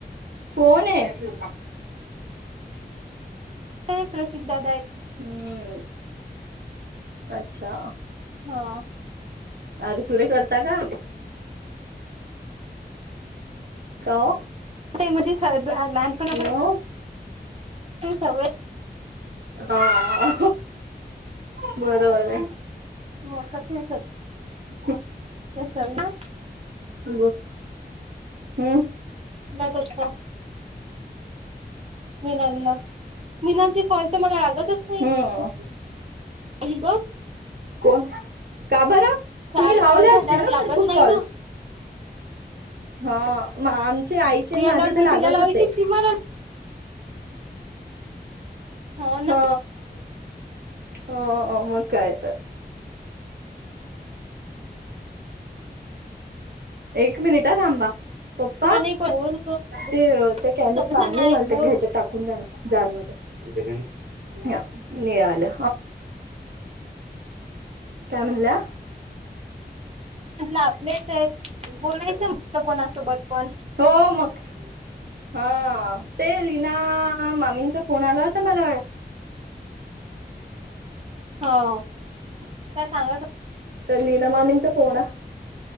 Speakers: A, on the right; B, on the right.
A: होण आहे
B: काय प्रतीकदाादा आहेत
A: हम्म अच्छा.
B: हा
A: अरे तुरे करता का. का ओ
B: म्हणजे लहानपणा
A: मग
B: सवय
A: हा बरोबर आहे
B: मग कशी तद
A: खूप
B: त्या <unintelligible>
A: मं हं
B: तुलाच असत मिनलला मिनालचे कॉल त मला लागतच
A: हम्म
B: अनींग
A: कोण का बर
B: चार
A: तुम्ही लावले
B: कॉल झाल्यावर
A: असतील ना
B: लागत
A: भरपूर
B: नाही
A: कॉल्स
B: ना
A: हा म आमचे आईचे आणि
B: मी
A: माझे
B: आल्यावर
A: त
B: मी
A: लागत
B: तिला लावायची
A: होते.
B: ती मला हो ना
A: अ -हो मग काय तर एक मिनिट हं थांबा पप्पा
B: म्हणे बोल ग सगळे
A: ते त्या कॅनीत
B: सगळेजण
A: पाणी आहे
B: आहेत
A: मला
B: बोल
A: त्या घ्यायच्यात टाकून द्या ना जार मध्ये तिथं काय न्य नी आल्या काय म्हणल्या
B: आपलेच आहेत बोलायचं म्हटलं कोणासोबत पण
A: हो मग हा ते लीना मामींचा फोन आला हो तुम्हाला व्हय
B: हो त्या सांगायचं
A: त्या लीना मामींचा फोन ना